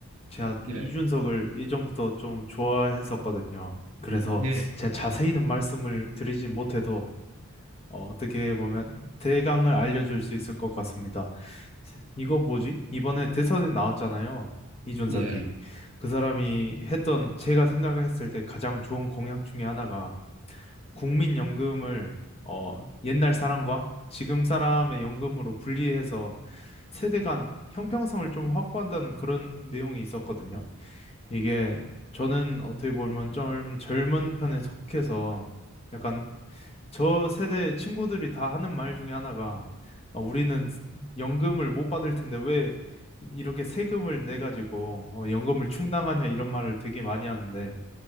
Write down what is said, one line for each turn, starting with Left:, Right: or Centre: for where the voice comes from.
Left: 제가
Right: 네.
Left: 좀 이준석을 예전부터 좀 좋아했었거든요. 그래서
Right: 네.
Left: 제가 자세히는 말씀을 드리진 못해도, 어, 떻게 보면 대강을 알려줄 수 있을 것 같습니다. 이거 뭐지? 이번에 대선에 나왔잖아요. 이준석이.
Right: 예.
Left: 그 사람이 했던, 제가 생각했을 때 가장 좋은 공약 중에 하나가 국민연금을 어, 옛날 사람과 지금 사람의 연금으로 분리해서 세대 간 형평성을 좀 확보한다는 그런 내용이 있었거든요. 이게 저는 어떻게 보면 좀 젊은 편에 속해서 약간 저 세대 친구들이 다 하는 말 중에 하나가 어, 우리는 연금을 못 받을 텐데 왜 이렇게 세금을 내 가지고 어, 연금을 충당하냐 이런 말을 되게 많이 하는데